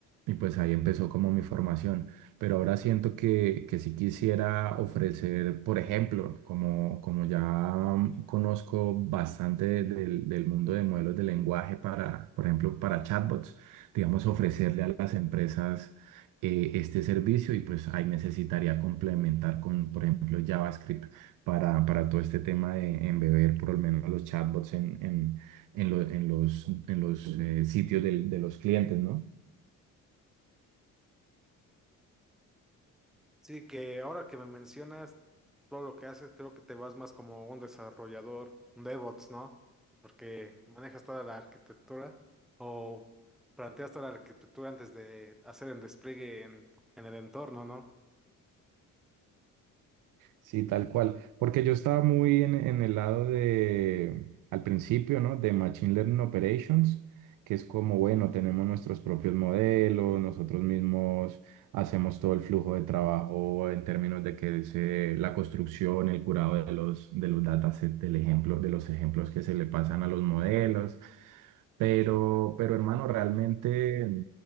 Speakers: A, on the right; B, in the centre.
A: Y pues ahí empezó como mi formación. Pero ahora siento que, que sí quisiera ofrecer, por ejemplo, como, como ya mm, conozco bastante de- del, del mundo de modelos de lenguaje para, por ejemplo, para chatbots, digamos, ofrecerle a las empresas eh, este servicio y pues ahí necesitaría complementar con, por ejemplo, JavaScript para, para todo este tema de embeber por lo menos los chatbots en, en, en, lo- en los, en los eh, sitios del- de los clientes, ¿no?
B: Sí, que ahora que me mencionas todo lo que haces, creo que te vas más como un desarrollador, un DevOps, ¿no? Porque manejas toda la arquitectura o planteas toda la arquitectura antes de hacer el despliegue en, en el entorno, ¿no?
A: Sí, tal cual. Porque yo estaba muy en, en el lado de, al principio, ¿no? De Machine Learning Operations, que es como, bueno, tenemos nuestros propios modelos, nosotros mismos hacemos todo el flujo de trabajo en términos de que se- la construcción, el curado de los, de los datasets, del ejemplo, de los ejemplos que se le pasan a los modelos. Pero, pero hermano, realmente